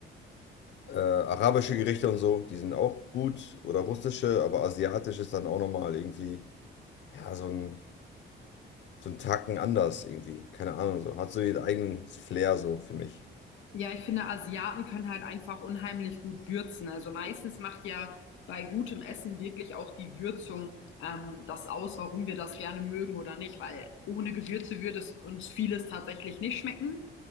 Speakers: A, on the left (about 65°); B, on the left (about 85°).
A: Äh, arabische Gerichte und so, die sind auch gut. Oder russische, aber asiatisch ist dann auch nochmal irgendwie, ja, so ein, so ein Tacken anders irgendwie. Keine Ahnung, so. Hat so ihren eigenen Flair so für mich.
B: Ja, ich finde, Asiaten können halt einfach unheimlich gut würzen. Also meistens macht ja bei gutem Essen wirklich auch die Würzung ähm, das aus, warum wir das gerne mögen oder nicht, weil ohne Gewürze würde es uns vieles tatsächlich nicht schmecken.